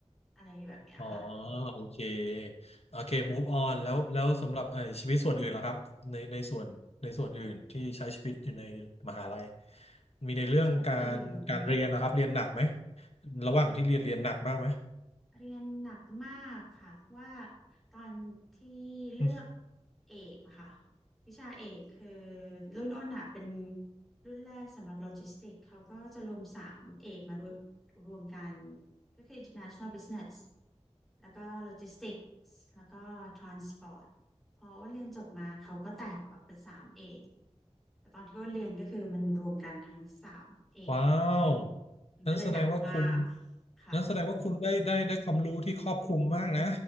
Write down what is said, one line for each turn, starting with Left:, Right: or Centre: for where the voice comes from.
Centre: อะไรแบบเนี้ยค่ะ
Left: อ๋อโอเคโอเค
Centre: ค่ะ
Left: move on แล้วแล้วสำหรับไอ้ชีวิตส่วนอื่นล่ะครับในในส่วนในส่วนอื่นที่ใช้ชีวิตอยู่ในมหาลัยมีในเรื่องการการเรียนนะครับเรียนหนักไหม
Centre: ส่วนอื่นค่ะ
Left: ระหว่างที่เรียนเรียนหนักมากไหม
Centre: เรียน เรียนหนักมากค่ะเพราะว่าตอนที่เลือก
Left: อืม
Centre: เอกอะค่ะวิชาเอกคือรุ่นอ้นอะเป็นรุ่นแรกสำหรับโลจิสติกเขาก็จะรวมสามเอกมารวมรวมกันก็คือ International Business แล้วก็ Logistics แล้วก็ Transport พออ้นเรียนจบมาเขาก็แตกออกเป็นสามเอกแต่ตอนที่อ้นเรียนก็คือมันรวมกันทั้งสามเอกนี้
Left: ว้าว
Centre: มันก็เลยหนักมาก
Left: นั้นแสดงว่าคุณ
Centre: ค่ะ
Left: นั้นแสดงว่าคุณได้ได้ได้ความรู้ที่ครอบคลุมมากนะ